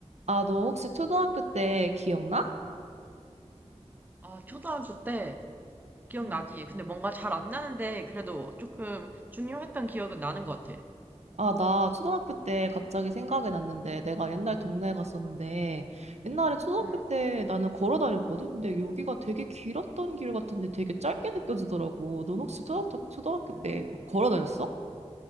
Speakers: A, on the right; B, on the right.
A: 아, 너 혹시 초등학교 때 기억나?
B: 아, 초등학교 때 기억나지?
A: 응.
B: 근데 뭔가 잘 안 나는데 그래도 조금 중요했던 기억은 나는 것 같아.
A: 아, 나 초등학교 때 갑자기 생각이 났는데, 내가 옛날 동네에 갔었는데, 옛날에 초등학교
B: 음,
A: 때 나는 걸어 다녔거든? 근데 여기가 되게 길었던 길 같은데 되게 짧게 느껴지더라고. 넌 혹시 초등학교, 초등학교
B: 음.
A: 때뭐 걸어 다녔어?